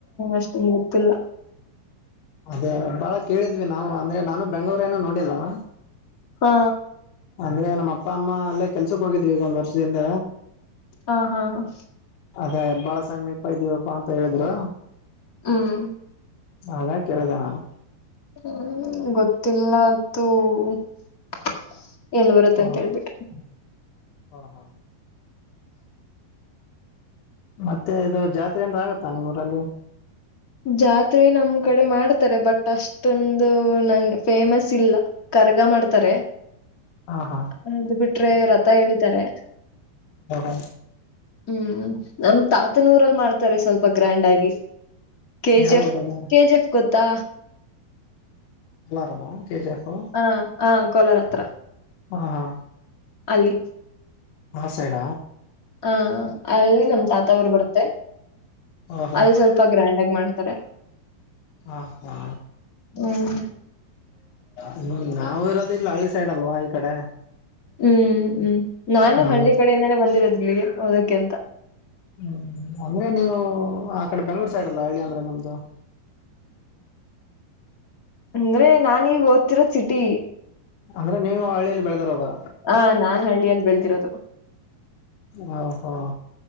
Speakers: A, on the left; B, on the left.
A: ಅಷ್ಟು ಗೊತ್ತಿಲ್ಲ
B: ಅದೇ ಬಾಳ ಕೇಳಿದ್ವಿ ನಾವು ಅಂದ್ರೆ ನಾನು ಬೆಂಗಳೂರ ಏನ ನೋಡಿಲ್ವಾ
A: ಹಾ
B: ಅಂದ್ರೆ ನಮ್ಮ್ ಅಪ್ಪ ಅಮ್ಮ ಅಲ್ಲೇ ಕೆಲ್ಸಕ್ ಹೋಗಿದ್ರಿ ಈಗ ಒಂದ್ ವರ್ಷದಿಂದ
A: ಹಾ ಹಾ ಹ
B: ಅದೇ ಬಾಳ ಸಮೀಪ ಇದೀವಿಬ್ಬಾ ಅಂತ ಹೇಳಿದ್ರು
A: ಹ್ಮ್
B: ಅದಾ ಕೇಳಿದೆ ನಾನು
A: ಹ್ಮ್ ಗೊತ್ತಿಲ್ಲ್ಎಲ್ ಬರುತ್ತೆ
B: ಹ
A: ಅಂತ ಹೇಳ್ಬಿಟ್ರಿ
B: ಹಾ ಹಾ ಮತ್ತೆ ಇದು ಜಾತ್ರೆ ಅಂದ್ರೆ ಆಗತ್ತಾ ನಿಮ್ಮೂಊರಲ್ಲಿ
A: ಜಾತ್ರೆ ನಮ್ ಕಡೆ ಮಾಡ್ತಾರೆ ಬಟ್ ಅಷ್ಟೊಂದು ನನ್ ಫೇಮಸ್ ಇಲ್ಲ ಕರ್ಗ ಮಾಡ್ತಾರೆ
B: ಹಾ ಹಾ
A: ಹ ಅದು ಬಿಟ್ರೆ ರಥ ಹೇಳಿತಾರೆ
B: ಹಾ ಹಾ
A: ಹ್ಮ್ ನಮ ತಾತನೂಊರಲ್ಲಿ ಮಾಡ್ತಾರೆ ಸ್ವಲ್ಪ ಗ್ರ್ಯಾಂಡ್ ಆಗಿ ಕೆ
B: ಯಾವ
A: ಜಿ ಎಫ್
B: ಊರದು
A: ಕೆ ಜಿ ಎಫ್ ಗೊತ್ತಾ
B: ಎಲ್ಲರಣ ಕೆಜಿ ಆಫು
A: ಹಾ ಹಾ ಕೋಲಾರ ಹತ್ರ
B: ಹಾ ಹಾ
A: ಅಲ್ಲಿ
B: ಆ ಸೈಡ
A: ಹಾ ಅಲ್ಲಿ ನಮ ತಾತ ಅವರು ಬರುತ್ತೆ
B: ಓಹೋ
A: ಅದು ಸ್ವಲ್ಪ ಗ್ರ್ಯಾಂಡ್ ಆಗ ಮಾಡ್ತಾರೆ
B: ಹಾ ಹಾ
A: ಹ್ಮ್
B: ಹ್ಮ್ ನಾವ ಇರೋದಿಲ್ಲ ಹಳ್ಳಿಈ ಸೈಡ್ ಅಲ್ವಾ ಈ ಕಡೆ
A: ಹ್ಮ್ ಹ್ಮ್ ನಾನು
B: ನಮ್ಮ
A: ಹಳ್ಳಿ ಕಡೆಯಿಂದಾನೇ ಬಂದಿರೋದು ಇಲ್ಲಿಗೆ ಓದಕ್ಕೆಂತ
B: ಹ್ಮ್ ಅಂದ್ರೆ ನೀವು ಆ ಕಡೆ ಬೆಂಗ್ಳೂರ್ ಸೈಡ್ ಅಲ್ಲ ಹೇಳಳ್ಳಿ ಅಂದ್ರೆ ನಮ್ದು
A: ಅಂದ್ರೆ ನಾನೀಗ ಓದ್ತಿರೋ ಸಿಟಿ
B: ಅಂದ್ರೆ ನೀವು ಹಳ್ಳಿಯಲ್ಲಿ ಬೆಳೆದಿರೋದು
A: ಹಾ ನಾನ್ ಹಳ್ಳಿಯಲ್ಲಿ ಬೆಳದಿರೋದು
B: ಓಹೋ